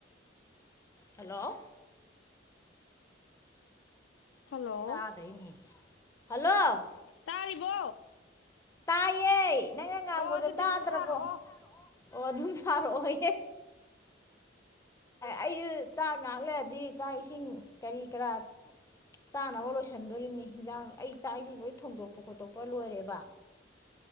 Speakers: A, on the left; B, on the left.
A: ꯍꯜꯂꯣ
B: ꯍꯜꯂꯣ
A: ꯇꯥꯗꯅꯤ ꯍꯜꯂꯣ
B: ꯇꯥꯔꯤꯕꯣ
A: ꯇꯥꯏꯦ ꯅꯪꯅ ꯉꯥꯡꯕꯗꯣ
B: ꯑꯗꯨꯗꯤ
A: ꯇꯥꯗ꯭ꯔꯕꯣꯑꯣ
B: ꯑꯗꯨꯝ ꯁꯥꯔꯛꯑꯣ
A: ꯑꯣ ꯑꯗꯨꯝ ꯁꯥꯔꯛꯑꯣꯍ ꯑꯩꯁꯨ ꯆꯥꯛ ꯉꯥꯛꯂꯑꯗꯤ ꯆꯥꯛ ꯏꯁꯤꯡ ꯀꯔꯤ ꯀꯔꯥ ꯆꯥꯅꯕ ꯂꯣꯏꯁꯟꯗꯣꯔꯤꯕꯅꯤ ꯍꯟꯖꯥꯡ ꯑꯩ ꯆꯥꯛꯁꯤ ꯂꯣꯏ ꯊꯣꯡꯗꯣꯛꯄ ꯈꯣꯠꯇꯣꯛꯄ ꯂꯣꯏꯔꯦꯕ